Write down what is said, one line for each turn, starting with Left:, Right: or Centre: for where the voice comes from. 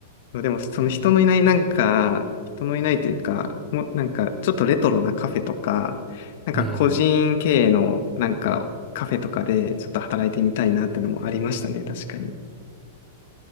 Left: そうでも、その人のいないなんか、人のいないというか、もうなんか、ちょっとレトロなカフェとか、なんか個人経営のなんかカフェとかでちょっと働いてみたいなっていうのもありましたね、
Right: うんうん。
Left: 確かに。